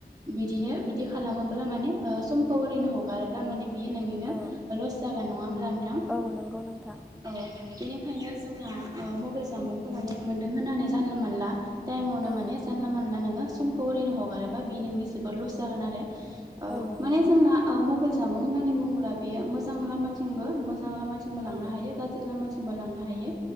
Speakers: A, on the right; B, in the centre.
A: <unintelligible> बिदिनो बिदि खालामोब्ला माने ओ समखौ ओरैनो हगारोब्ला माने बियो नोंनिनो
B: औ
A: लस जागोन नङा होमब्ला नोंथां
B: औ नंगौ नोंथां
A: औ बेनो खायनो जोंना ओ मबाइल जामबुंखौ माने मोनदों होननानै जानला मोनला टाइमावनो
B: औ
A: माने जानला मोनला नोङो समखौ ओरैनो हगारोबा बि नोंनि जोबोद लस जागोन आरो अ
B: औ नंगौ
A: माने
B: नोंथां
A: जोंना मबाइल जामुं होननानै बुङोब्ला बेयो मोजां लामाथिंबो मोजां लामाथिंबो लांनो
B: औ
A: हायो गाज्रि लामाथिंबो लांनो हायो